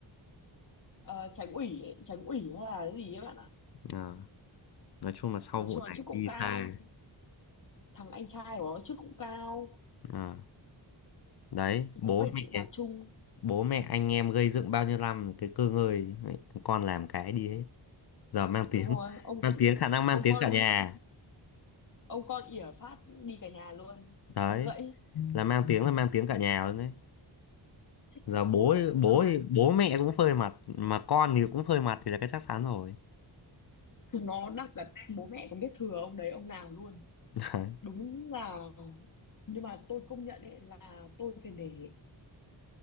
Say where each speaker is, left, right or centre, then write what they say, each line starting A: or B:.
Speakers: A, on the left; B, on the left.
A: ờ, Tránh ủy ấy, Tránh ủy hay là cái gì ấy bạn ạ
B: Ờ, nói chung là sau
A: nói
B: vụ
A: chung là
B: này
A: chức cũng
B: đi
A: cao
B: xa
A: thằng anh trai của nó chức cũng cao
B: Ờ, đấy bố
A: cũng phải
B: mẹ
A: chịu phạt chung
B: bố mẹ anh em gây dựng bao nhiêu năm cái cơ ngơi ấy, con làm cái đi hết giờ mang
A: đúng
B: tiếng
A: rồi
B: <laughs>
A: ông
B: mang tiếng khả năng mang
A: ông
B: tiếng
A: con
B: cả nhà
A: ông con ỉa phát đi cả nhà luôn
B: đấy
A: gãy
B: là mang tiếng là mang tiếng cả nhà luôn đấy
A: chắc
B: giờ
A: chắn
B: bố
A: rồi
B: bố
A: giờ
B: bố mẹ cũng phơi mặt mà con thì cũng phơi mặt thì là cái chắc chắn rồi
A: chúng nó đặt cả tên bố mẹ còn biết thừa ông đấy ông nào luôn
B: <laughs> đấy.
A: đúng là nhưng mà tôi công nhận ấy là tôi phải để